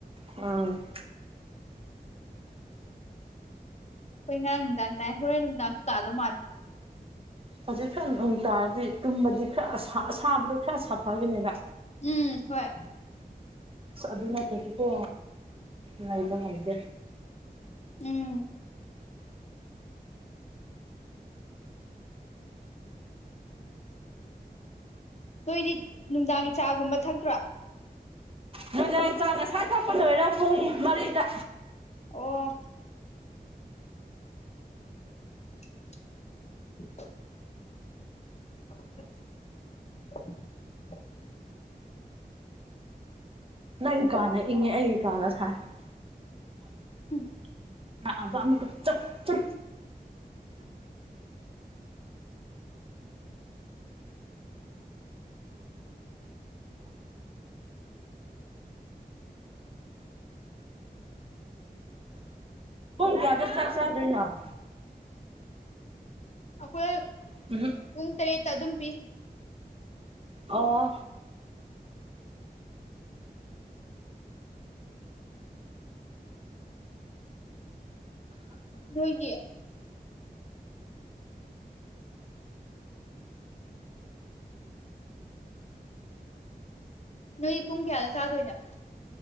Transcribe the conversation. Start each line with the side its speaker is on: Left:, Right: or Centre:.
Right: ꯎꯝ
Left: ꯍꯣꯏ ꯉꯔꯥꯡ ꯅꯨꯡꯗꯥꯡ ꯇꯥꯏ ꯍꯣꯔꯣꯏ ꯅꯨꯡꯗꯥꯡꯗꯁꯨ ꯇꯥꯗꯧ ꯃꯥꯜꯂꯦ
Right: ꯍꯧꯖꯤꯛ ꯈ꯭ꯔ ꯅꯨꯡ ꯇꯥꯔꯗꯤ ꯇꯨꯝꯕꯗꯤ ꯈꯔ ꯑꯁꯥ ꯑꯁꯥꯕꯗꯣ ꯈꯔ ꯁꯥꯐꯒꯤꯅꯦꯕ
Left: ꯎꯝ ꯍꯣꯏ
Right: ꯑꯗꯨ ꯅꯠꯇꯗꯤꯀꯣ ꯂꯩꯕ ꯉꯝꯗꯦ
Left: ꯎꯝ ꯅꯣꯏꯗꯤ ꯅꯨꯡꯗꯥꯡꯒꯤ ꯆꯥꯒꯨꯝꯕ ꯊꯛꯇ꯭ꯔꯣ
Right: ꯅꯨꯏꯗꯥꯡ ꯆꯥꯡ ꯉꯁꯥꯏ ꯊꯛꯄ ꯂꯣꯏꯔꯥ ꯄꯨꯡ ꯃꯔꯤꯗ
Left: ꯑꯣ <inaudible> <inaudible>
Right: ꯅꯪ ꯀꯥꯅ ꯏꯪꯉꯦ ꯑꯩ ꯀꯥꯅ ꯁꯥꯏ
Left: ꯎꯝ
Right: ꯑꯗ ꯑꯃꯛꯀ ꯆ ꯆ ꯀꯥꯗ ꯆꯥꯛ ꯆꯥꯗꯣꯏꯅꯣ
Left: ꯑꯩꯈꯣꯏ
Right: ꯎꯝ
Left: ꯄꯨꯡ ꯇꯔꯦꯠꯇꯥ ꯑꯗꯨꯝ ꯄꯤ
Right: ꯑꯣ
Left: ꯅꯣꯏꯒꯤ ꯅꯣꯏ ꯄꯨꯡ ꯀ꯭ꯌꯥꯗ ꯆꯥꯗꯣꯏꯅꯣ